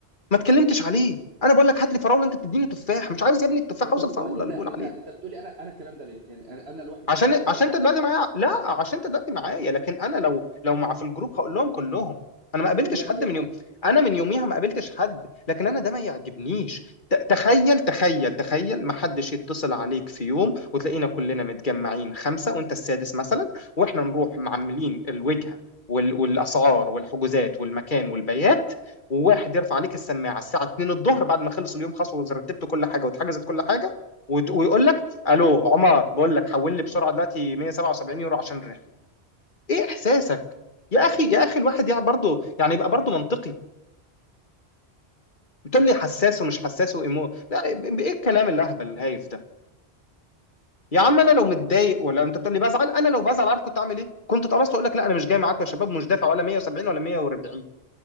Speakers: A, on the left; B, on the right.
A: ما اتكلمتش عليه انا بقول لك هات لي فراوله انت بتديني تفاح مش عاوز يا ابني التفاح
B: انت
A: عاوز الفراوله
B: انت
A: اللي
B: انت
A: بقول عليها
B: انت بتقولي انا انا الكلام ده ليه يعني انا انا لوحدي الكلام
A: عشان
B: ده المفروض
A: عشان
B: برضه
A: انت دلوقتي معايا لا عشان انت دلوقتي معايا لكن انا لو لو مع في الجروب هقول لهم كلهم انا
B: خلاص
A: ما قابلتش
B: اقول لهم بقى
A: حد
B: الكلام
A: من
B: ده
A: يوم
B: بالظبط
A: انا من يوميها ما قابلتش حد لكن انا ده ما يعجبنيش ت- تخيل تخيل تخيل ما حدش يتصل عليك في يوم وتلاقينا كلنا متجمعين خمسة وانت السادس مثلا واحنا نروح معملين الوجهة وال... والاسعار والحجوزات والمكان والبيات وواحد يرفع عليك السماعة الساعة 2 الظهر بعد ما خلص اليوم خلاص ورتبت كل حاجة واتحجزت كل حاجة وت... ويقول لك الو عمر بقول لك حول لي بسرعه دلوقتي 177 يورو عشان الرحله ايه احساسك يا اخي يا اخي الواحد يعني برضه يعني يبقى برضه منطقي بتقول لي حساس ومش حساس وايمو لا ايه الكلام الاهبل الهايف ده يا عم انا لو متضايق ولا انت بتقول لي بزعل انا لو بزعل عارف كنت اعمل ايه كنت اتقمصت واقول لك لا انا مش جاي معاكم يا شباب مش دافع ولا 170 ولا 140